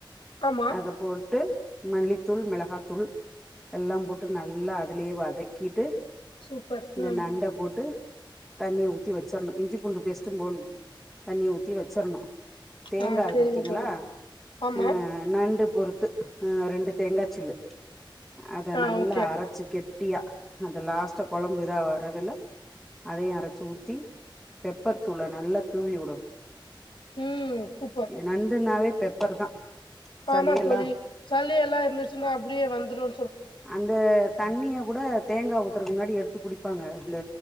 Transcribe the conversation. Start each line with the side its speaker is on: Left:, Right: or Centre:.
Left: ஆமா
Centre: அத போடு ட்டு மல்லித்தூள் மெளகாத்தூள் எல்லா போட்டு நல்லா அதுலேயே வதக்கிட்டு
Left: சூப்பர்
Centre: இந்த
Left: ம்
Centre: நண்ட போட்டு தண்ணி ஊத்தி வச்சிரணு இஞ்சி பூண்டு பேஸ்ட்டு போடணு தண்ணி ஊத்தி வச்சிரணு தேங்கா
Left: ஆ
Centre: இருக்கு
Left: செரிங்க
Centre: பாத்தீங்களா
Left: தோழி ஆமா
Centre: ஆ நண்டு பொரு த்து ஆ ரெண்டு தேங்கா சில்லு அத
Left: ஆ
Centre: நல்லா
Left: ஓகே
Centre: அரைச்சு கெட் ட்டியா அந்த லாஸ்டா கொழம்பு விதா வரவில்ல அதையு அரைச்சு ஊத்தி பெப்பர் தூள நல்லா தூவி விடனு
Left: ம் சூப்பர்
Centre: நண்டு நாவே பெப்பர் தா சளியெல்லா
Left: ஆமா தோழி சலி எல்லா இருந்துச்சுன்னா அப்படியே வந்து துரு
Centre: அந்த தண்ணிய கூட தேங்கா ஊ க்குருக்கு முன்னாடி எடுத்து குடிப்பாங்க இந்த